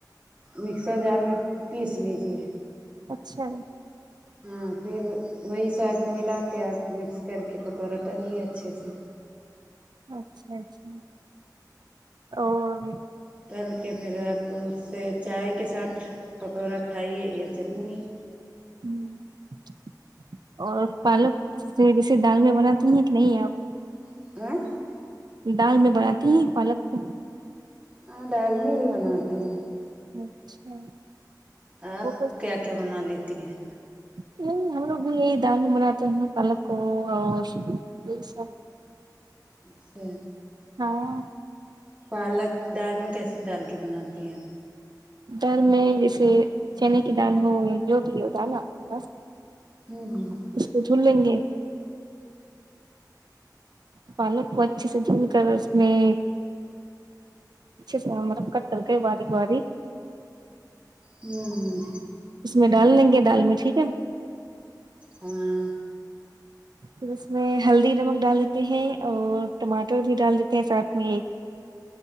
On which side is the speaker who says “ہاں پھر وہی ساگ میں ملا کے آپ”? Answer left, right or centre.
Right